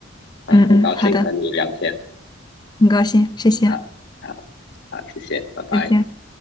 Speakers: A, on the left; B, on the left.
A: 啊，
B: 嗯嗯，
A: 很高兴和你聊天，
B: 好的，很高兴，谢谢，
A: 啊，好，啊，谢谢，拜拜。
B: 再见。